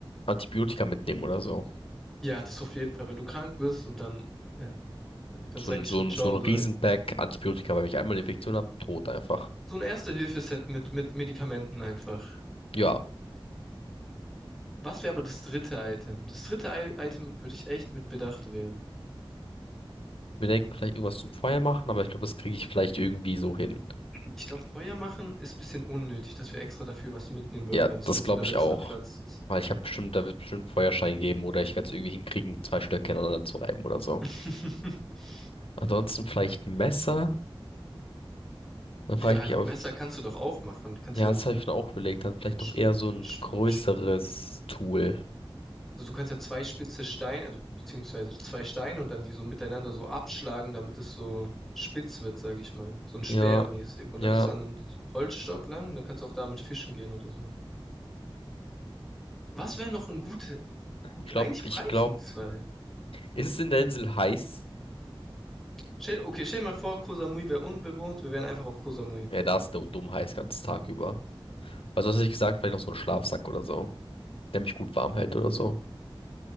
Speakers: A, on the left; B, in the centre.
A: Antibiotika mitnehmen oder so.
B: Ja, das auf jeden Fall, wenn du krank bist und dann, ja, dann kannst
A: So
B: du
A: ein,
B: eigentlich
A: so
B: schon
A: ein,
B: Ciao
A: so ein Riesenpack
B: sagen.
A: Antibiotika, weil wenn ich einmal eine Infektion habe, tot einfach.
B: So ein Erste-Hilfe-Set mit, mit Medikamenten einfach.
A: Ja,
B: Was wäre aber das dritte Item? Das dritte I Item würde ich echt mit Bedacht wählen.
A: wir denken vielleicht irgendwas zum Feuer machen, aber ich glaube, das kriege ich vielleicht irgendwie so hin.
B: Ich glaube, Feuer machen ist ein bisschen unnötig, dass wir extra dafür was mitnehmen würden,
A: Ja,
B: wenn es
A: das
B: unser
A: glaube
B: letzter
A: ich auch.
B: Platz ist.
A: Weil ich habe bestimmt, da wird bestimmt einen Feuerschein geben oder ich werde es irgendwie hinkriegen, zwei Stöcke aneinander zu reiben oder so.
B: <laughs>
A: Ansonsten vielleicht ein Messer. Dann
B: Für
A: frage ich
B: ah, ein
A: mich aber,
B: Messer kannst du doch auch machen. Du kannst
A: ja,
B: ja,
A: das habe ich mir auch überlegt, dann vielleicht doch
B: sch-
A: eher so ein
B: sch-
A: größeres
B: sch-
A: Tool.
B: also du kannst ja zwei spitze Steine, also beziehungsweise zwei Steine und dann die so miteinander so abschlagen, damit es so spitz wird, sage ich mal. So ein Speer
A: Ja,
B: mäßig. Und
A: ja.
B: dann das an einen Holzstock lang, dann kannst du auch damit fischen gehen oder so. Was wäre noch ein gute, gut,
A: Ich glaube,
B: eigentlich
A: ich
B: reichen
A: glaube,
B: zwei.
A: Ist es in der Insel heiß?
B: Stell- Okay, stell dir mal vor, Koh Samui wäre unbewohnt, wir wären einfach auf Koh Samui.
A: Ja, da ist du- dumm heiß, ganz Tag über. Also, was hätte ich gesagt? Vielleicht noch so ein Schlafsack oder so, der mich gut warm hält oder so.